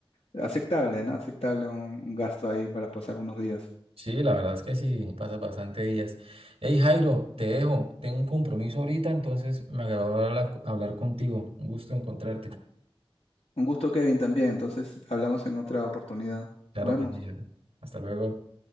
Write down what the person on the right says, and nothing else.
Sí, la verdad es que sí, pasa bastante días. Hey Jairo, te dejo, tengo un compromiso ahorita, entonces me agradó hablar, hablar contigo. Un gusto encontrarte.
Claro
que sí. Hasta luego.